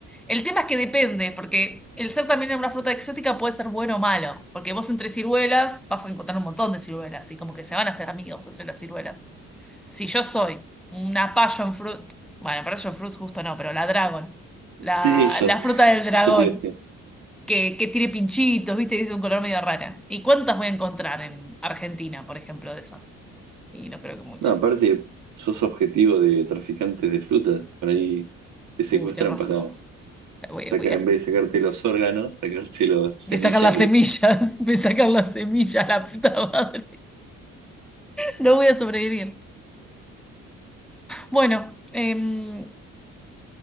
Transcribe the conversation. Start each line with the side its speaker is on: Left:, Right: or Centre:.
Centre: El tema es que depende, porque el ser también una fruta exótica puede ser bueno o malo, porque vos entre ciruelas vas a encontrar un montón de ciruelas, y como que se van a hacer amigos entre las ciruelas. Si yo soy una passion fruit, bueno, passion fruit justo no, pero la dragon, la,
Right: Sí, eso,
Centre: la fruta del
Right: ya
Centre: dragón,
Right: te decía.
Centre: que, que tiene pinchitos, viste, y es de un color medio rara. ¿Y cuántas voy a encontrar en Argentina, por ejemplo, de esas? Y no creo que mucho.
Right: No, aparte, sos objetivo de traficantes de frutas. Por ahí te secuestran
Centre: Uy, tenés razón.
Right: para
Centre: Voy,
Right: sacar,
Centre: voy a-
Right: en vez de sacarte los órganos, sacarte las semillas
Centre: Me sacan las
Right: de.
Centre: semillas, <laughs> me sacan las semillas, la puta madre. No voy a sobrevivir. Bueno, em,